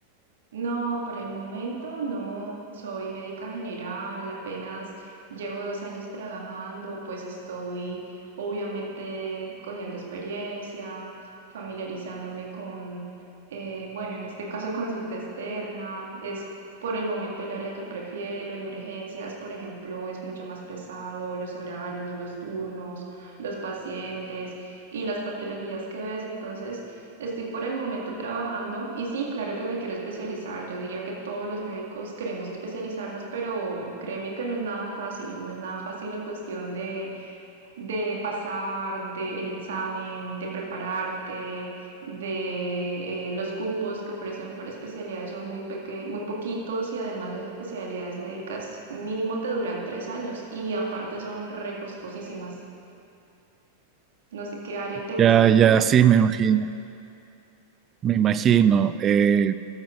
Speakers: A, on the right; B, on the right.
A: No, por el momento no. Soy médica general, apenas llevo dos años trabajando, pues estoy obviamente cogiendo experiencia, familiarizándome con, eh, bueno, en este caso <laughs> consulta externa, es por el momento el área que prefiero. En urgencias, por ejemplo, es mucho más pesado los horarios, los turnos, los pacientes y las patologías que ves. Entonces, Estoy por el momento trabajando y sí, claro que me quiero especializar. Yo diría que todos los médicos queremos especializarnos, pero créeme que no es nada fácil. No es nada fácil en cuestión de, de pasar, del examen, de prepararte, de eh, los cupos que ofrecen por especialidades son muy peque- muy poquitos y además las especialidades médicas mínimo te duran tres años y aparte son recostosísimas. No sé qué área te gusta
B: Ya,
A: a
B: ya
A: ti.
B: sí, me imagino, me imagino. Eh,